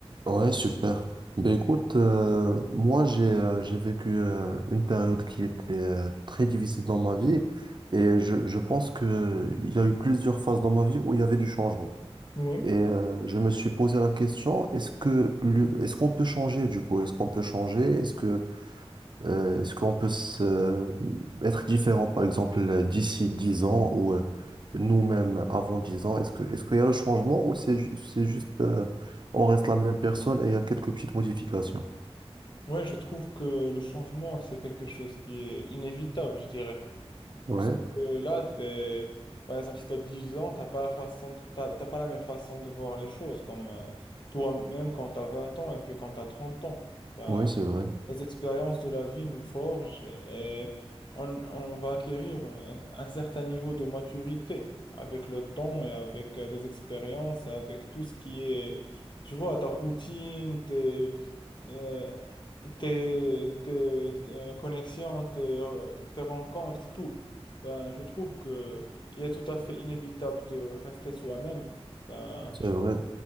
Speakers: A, on the right; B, on the left.
A: Ouais, super. Ben écoute, euh, moi j'ai euh, j'ai vécu euh, une période qui était euh, très difficile dans ma vie et je, je pense que il y a eu plusieurs phases dans ma vie où il y avait du changement.
B: Oui,
A: Et euh, je me suis posé la question, est-ce que l'hu- est-ce qu'on peut changer du coup? Est-ce qu'on peut changer? Est-ce que euh, est-ce qu'on peut se- être différent, par exemple, euh, d'ici 10 ans ou euh, nous-mêmes avant 10 ans? Est-ce que est-ce qu'il y a le changement ou c'est ju- c'est juste euh, on reste la même personne et il y a quelques petites modifications?
B: ouais, je trouve que le changement, c'est quelque chose qui est inévitable, je dirais.
A: Ouais,
B: Parce que là, t'es, par exemple, si tu as 10 ans, t'as pas la façon de- t'as, t'as pas la même façon de voir les choses, comme euh, toi-même quand tu as 20 ans et puis quand tu as 30 ans. Ben,
A: oui, c'est vrai.
B: les expériences de la vie nous forgent et on, on va acquérir un, un certain niveau de maturité avec le temps et avec euh, des expériences, avec tout ce qui est, tu vois, ta routine, tes, euh, tes, tes, euh, connexions, tes, euh, tes rencontres, tout. Ben, je trouve que il est tout à fait inévitable de rester soi-même. Ben,
A: C'est vrai.